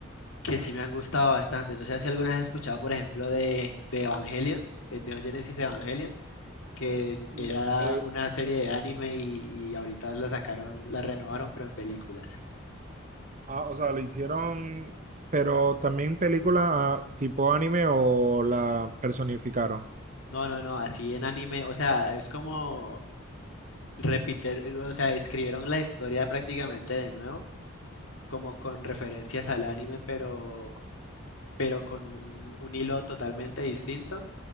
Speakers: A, on the left; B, on the right.
A: que sí me han gustado bastante. No sé si alguna vez has escuchado, por ejemplo, de, de Evangelion, el Neon Genesis Evangelion, que
B: Me-
A: era
B: eh,
A: una serie de anime y, y ahorita la sacaron, la renovaron, pero en películas.
B: Ah, o sea, lo hicieron, pero también película ah, tipo anime o la personificaron.
A: No, no, no, así en anime, o sea, es como repetir, o sea, escribieron la historia prácticamente de nuevo como con referencias al anime, pero, pero con un, un hilo totalmente distinto.